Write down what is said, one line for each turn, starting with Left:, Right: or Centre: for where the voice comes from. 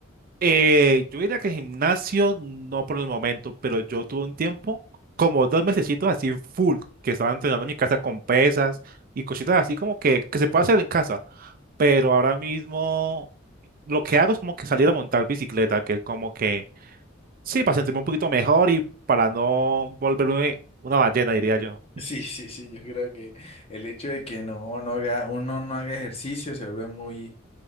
Right: Eh, yo diría que gimnasio no por el momento, pero yo tuve un tiempo, como dos mesecitos así full, que estaba entrenando en mi casa con pesas y cositas así como que, que se puede hacer en casa, pero ahora mismo lo que hago es como que salir a montar bicicleta, que es como que, sí, para sentirme un poquito mejor y para no volverme una ballena, diría yo.
Left: Sí, sí, sí, yo creo que el hecho de que no, no haga, uno no haga ejercicio se vuelve muy,